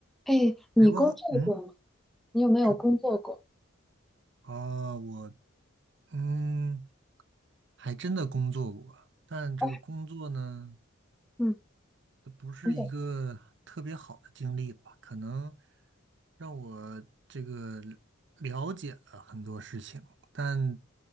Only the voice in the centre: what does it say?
嘿，你工作过吗？
你有没有工作过？
哦，嗯
等等，